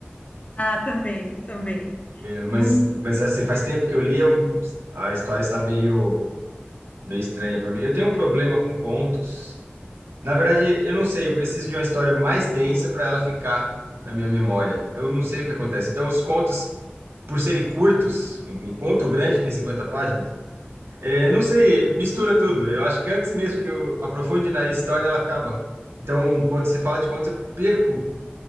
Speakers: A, on the left; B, on the right.
A: Ah, também, também.
B: Mas,
A: Muito
B: mas assim, faz tempo que eu li, eu- a história está meio, meio estranha para mim. Eu tenho um problema com contos. Na verdade, eu não sei, eu preciso de uma história mais densa para ela ficar na minha memória. Eu não sei o que acontece. Então, os contos, por serem curtos, um um conto grande tem 50 páginas, é, não sei, mistura tudo. Eu acho que antes mesmo que eu aprofunde na história, ela acaba. Então, quando se fala de conto, eu perco